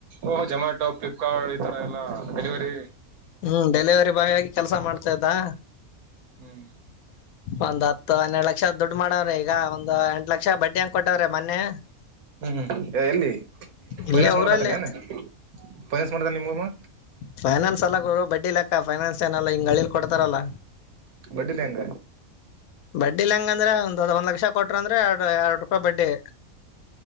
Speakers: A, on the right (about 85°); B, on the left (about 80°).
A: ಓಹ ಜೊಮ್ಯಾಟೊ ಫ್ಲಿಪ್ಕಾರ್ಟ್ ಈ ತರ ಎಲ್ಲಾ ಡೆಲಿವರಿ
B: ಹ್ಮ್ ಡೆಲಿವರಿ ಬಾಯ್ ಆಗಿ ಕೆಲ್ಸ ಮಾಡ್ತಾ ಇದ್ದಾ
A: ಹ್ಮ್
B: ಒಂದ್ ಹತ್ತು ಹನ್ನೆರಡು ಲಕ್ಷ ದುಡ್ಡು ಮಾಡವ್ರೆ ಈಗ ಒಂದು ಎಂಟ ಲಕ್ಷ ಬಡ್ಡಿ ಹಂಗ ಕೊಟ್ಟವ್ರೆ ಮೊನ್ನೆ
A: ಹ್ಮ್ ಎಲ್ಲಿ
B: ಇಲ್ಲೇ
A: ಫೈನಾನ್ಸ್
B: ಊರಲ್ಲಿ
A: ಮಾಡಕತಾನೆ ಏನ್ ಫೈನಾನ್ಸ್ ಮಾಡ್ತಾನ ನಿಮ್ಮಮ್ಮ
B: ಫೈನಾನ್ಸ್ ಎಲ್ಲ ಬಡ್ಡಿ ಲೆಕ್ಕಾ ಅಕ್ಕ ಫೈನಾನ್ಸ್ ಏನಲ್ಲ ಹಿಂಗ ಅಳಿಲು ಕೊಡ್ತಾರಲ್ಲ
A: ಬಡ್ಡಿ ಲಂಗ
B: ಬಡ್ಡಿಲಿಂಗಗೆ ಅಂದ್ರೆ ಒಂದ್ ಅದ ಒಂದ್ ಲಕ್ಷ ಕೊಟ್ರ ಅಂದ್ರೆ ಎರಡು ಎರಡು ರೂಪಾಯಿ ಬಡ್ಡಿ